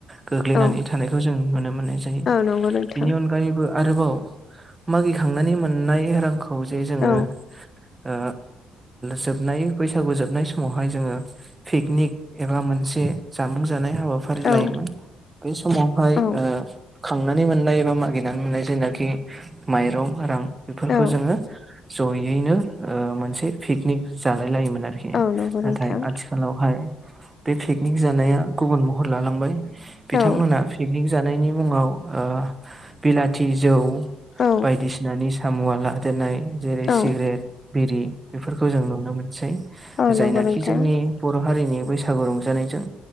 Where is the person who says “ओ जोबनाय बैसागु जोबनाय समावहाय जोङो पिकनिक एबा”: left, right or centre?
Right